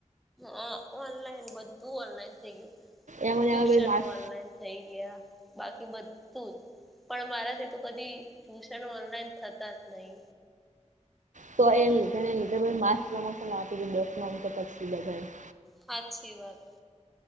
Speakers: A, in the centre; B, on the right.
A: હઅ ઓનલાઈન બધું ઓનલાઈન થઈ ગયું ટ્યુશન
B: એમાં એમાં માર્ક્સ
A: ઓનલાઈન થઈ ગ્યા બાકી બધું જ પણ મારાથી તો કદી ટ્યુશન ઓનલાઈન થતા જ નહી.
B: તો એ લીધે એને લીધે માસ પ્રમોશન આપી દીધા <inaudible>
A: હાચી વાત